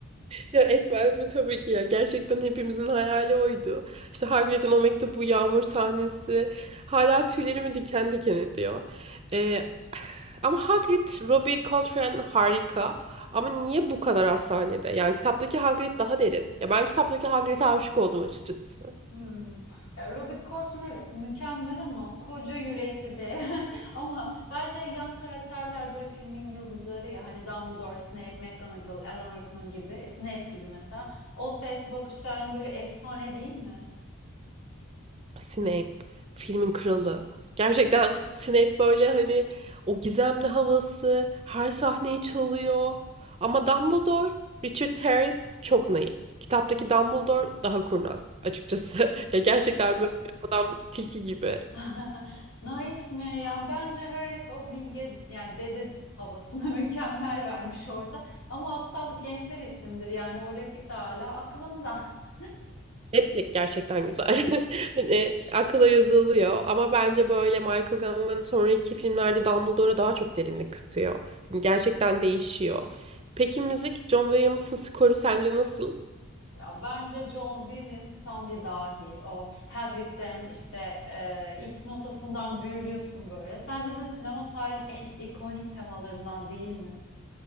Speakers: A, on the right (about 30°); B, on the left (about 80°).
A: Ya etmez mi tabii ki ya. Gerçekten hepimizin hayali oydu. İşte Hagrid'in o mektubu, yağmur sahnesi. Hala tüylerimi diken diken ediyor. Ee, ama Hagrid, Robbie Coltrane harika. Ama niye bu kadar az sahnede? Yani kitaptaki Hagrid daha derin. Ya ben kitaptaki Hagrid'e aşık oldum açıkçası.
B: Hmm. Ya Robert Coltrane evet mükemmel ama koca yürekli de. <laughs> Ama bence yan karakterler böyle filmin yıldızları ya. Hani Dumbledore, Snape, McGonagall, Alan Rickman gibi. Snape gibi mesela. O ses, bakışlar hani böyle efsane değil mi?
A: Snape filmin kralı. Gerçekten Snape böyle hani o gizemli havası her sahneyi çalıyor. Ama Dumbledore, Richard Harris çok naif. Kitaptaki Dumbledore daha kurnaz açıkçası. <laughs> Ya gerçekten böyle adam tilki gibi.
B: <laughs> Naif mi? Yani bence Harris o bilge yani dede havasına <laughs> mükemmel vermiş orada. Ama aptallık gençler içindir yani o replik de hala aklımda. <laughs>
A: Netflix gerçekten güzel. <laughs> Hani akıla yazılıyor ama bence böyle Michael Gambon'un sonraki filmlerde Dumbledore'a daha çok derinlik katıyor. Hani gerçekten değişiyor. Peki müzik, John Williams'ın skoru sence nasıl?
B: Ya bence John Williams tam bir dahi. O Hedwig'den işte e, ilk notasından büyülüyorsun böyle. Sence de sinema tarihinin en ikonik temalarından değil mi?